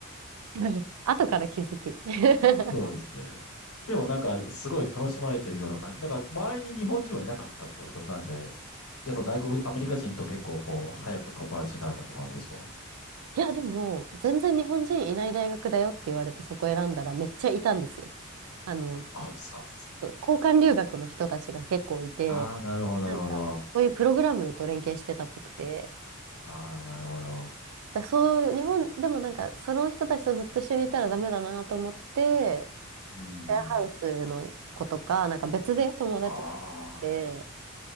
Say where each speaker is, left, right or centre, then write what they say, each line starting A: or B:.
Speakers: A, on the right; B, on the left.
A: <laughs> 後から気づく。<laughs>
B: そうですね。でもなんか、すごい楽しまれてるような感じ。なんか、周りに日本人はいなかったってことなんで、やっぱ外国、アメリカ人と結構こう、早く友達になれたって感じですか
A: いや、でも、全然日本人いない大学だよって言われてそこ選んだらめっちゃいたんですよ。あの、
B: あ、そうです。
A: 交換留学の人たちが結構いて、
B: ああ、なるほど、
A: なんか、
B: なるほど。
A: そういうプログラムと連携してたっぽくて、
B: ああ、なるほど。
A: だそういう、日本でもなんか、その人たちとずっと一緒にいたらダメだなと思って、
B: うーん。
A: シェアハウスの子とか、なんか別で友達作って、
B: ああ、